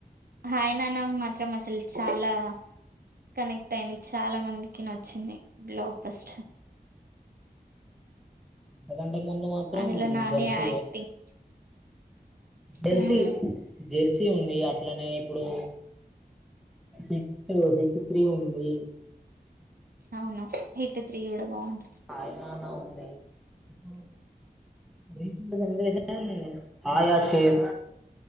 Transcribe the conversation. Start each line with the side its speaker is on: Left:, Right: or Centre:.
Right: హాయ్ నానా మాత్రం అసలు చాలా కనెక్ట్ అయింది చాలా మందికి నచ్చింది బ్లాక్ బస్టర్
Centre: ఆ ముందు మాత్రం
Right: అందులో నాని
Centre: జర్సి
Right: యాక్టింగ్
Centre: యే జర్సీ
Right: హ్మ్
Centre: జెర్సీ ఉంది అట్లనే ఇప్పుడూ హిట్టూ హిట్ త్రీ ఉంది
Right: అవును హిట్ త్రీ గుడ బావుంది
Centre: హాయ్ నాన ఉంది ఇప్పుడు రీసెంట్ జనరేషన్ ఆయా షేర్